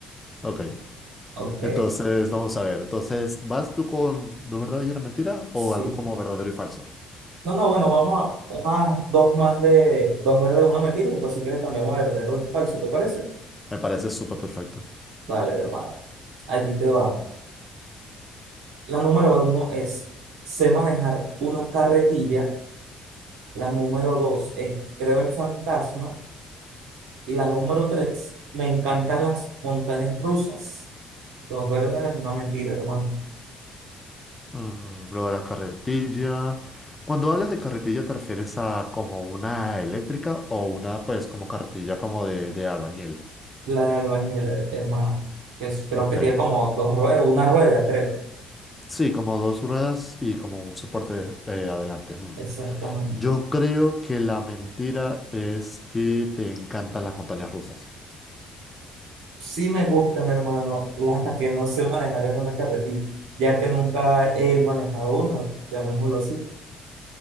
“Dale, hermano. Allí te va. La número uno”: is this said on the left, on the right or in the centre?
Right